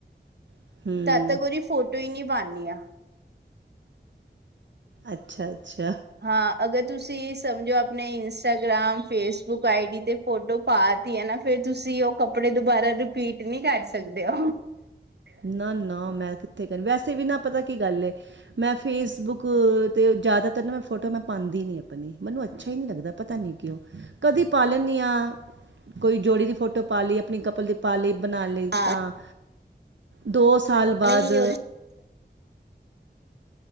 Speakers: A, on the right (about 80°); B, on the right (about 65°).
A: ਹੂੰ
B: ਤੱਦ ਤਕ ਓਦੀ ਫੋਟੋ ਈ ਨੀ ਬਾਨਨੀਆ।
A: ਅੱਛਾ-ਅੱਛਾ
B: ਹਾਂ, ਅਗਰ ਤੁਸੀਂ ਸਮਝੋ ਆਪਣੇ ਇੰਸਟਾਗ੍ਰਾਮ, ਫੇਸਬੁੱਕ ਆਈ ਡੀ ਤੇ ਫੋਟੋ ਪਾ ਤੀ ਐ ਨਾ, ਫਿਰ ਤੁਸੀਂ ਉਹ ਕੱਪੜੇ ਦੁਬਾਰਾ ਰਿਪੀਟ ਨੀ ਕਰ ਸਕਦੇ ਓ।
A: ਨਾ-ਨਾ ਮੈਂ ਕਿੱਥੇ ਕਰੀ, ਵੈਸੇ ਵੀ ਨਾ ਪਤਾ ਕੀ ਗੱਲ ਏ ਮੈਂ ਫੇਸਬੁੱਕ 'ਤੇ, ਜ਼ਿਆਦਾਤਰ ਨਾ ਮੈਂ ਫੋਟੋ ਮੈਂ ਪਾਂਦੀ ਨੀ ਅਪਣੀ, ਮੰਨੂ ਅੱਛਾ ਈ ਨੀ ਲੱਗਦਾ। ਪਤਾ ਨਹੀਂ ਕਿਉਂ, ਕਦੇ ਪਾ ਲੈਨੀਆ, ਕੋਈ ਜੋੜੀ ਦੀ ਫੋਟੋ ਪਾ ਲੀ ਅਪਣੀ ਕਪਲ ਦੀ ਪਾ-ਲਈ ਬਣਾ-ਲਈ
B: ਹਾਂ
A: ਤਾਂ, ਦੋ ਸਾਲ ਬਾਅਦ
B: ਨਹੀਂ ਉਹ